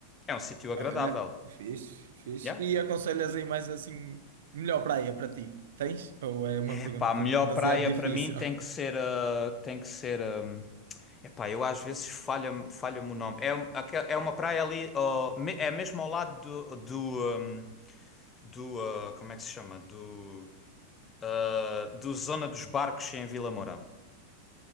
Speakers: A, on the left; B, on the right.
A: É um sítio agradável.
B: Olha, fixe, fixe.
A: Yeah.
B: E aconselhas aí mais assim, melhor praia para ti? Tens? Ou é uma
A: É
B: pergunta
A: pá, a melhor
B: demasiado
A: praia
B: difícil?
A: para mim tem que ser a. tem que ser a. É pá, eu às vezes falha-me falha-me o nome. É, um- aque- é uma praia ali, ó, me- é mesmo ao lado do. do, hum, do, ah, como é que se chama? Do. ah, do Zona dos Barcos em Vila Moura.